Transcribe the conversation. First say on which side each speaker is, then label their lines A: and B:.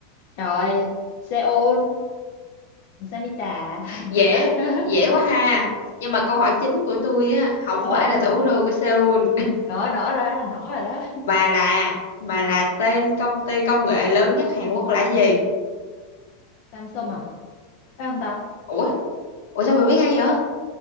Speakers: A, on the left; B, on the left.
A: trời, Seoul, Samita. <laughs>
B: Dễ, dễ quá ha. Nhưng mà câu hỏi chính của tôi á, không
A: Ủa,
B: phải là thủ đô của Seoul,
A: đó đó ra đó rồi đó.
B: mà là mà là tên công ty công nghệ lớn nhất Hàn Quốc là gì?
A: Samsung à? Phải không ta?
B: Ủa, ủa sao bà biết hay vậy?